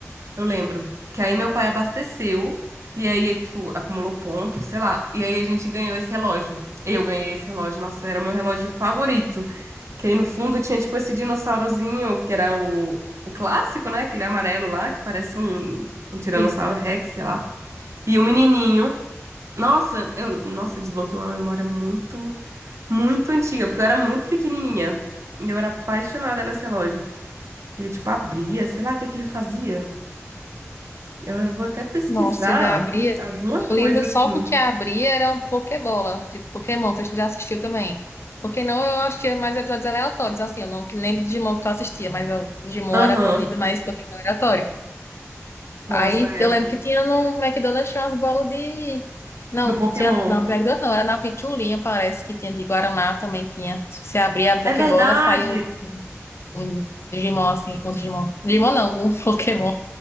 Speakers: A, on the right; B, on the left.
A: Eu lembro. Que aí meu pai abasteceu e aí, tipo, acumulou pontos, sei lá. E aí a gente ganhou esse relógio. Eu ganhei esse relógio. Nossa, era o meu relógio favorito. Que aí no fundo tinha, tipo, esse dinossaurozinho, que era o, o clássico, né? Aquele amarelo lá, que parece um, um Tiranossauro
B: Sim.
A: Rex, sei lá. E o menininho. Nossa, eu, nossa, desbloqueou uma memória muito, muito antiga, porque eu era muito pequenininha. E eu era apaixonada nesse relógio. Ele, tipo, abria, sei lá o que que ele fazia. Eu vou até pesquisar
B: Nossa, da abria.
A: alguma coisa
B: Eu lembro
A: assim.
B: só porque a abria era uma Pokébola, de Pokémon, você já assistiu também. Porque não, eu assistia mais episódios aleatórios, assim, eu não que lembro de Digimon que tu assistia, mas eu, Digimon
A: Aham.
B: era corrido, mas Pokémon era aleatório.
A: Nossa,
B: Aí
A: é.
B: eu lembro que tinha no McDonald's tinha umas bolas de. Não,
A: Do Pokémon.
B: tinha na McDonald's não, era na Pichulinha, parece que tinha de Guaraná também tinha. Se abria a Pokébola,
A: É verdade.
B: saiu um Digimon, assim, um Digimon. Digimon não, um <laughs> Pokémon.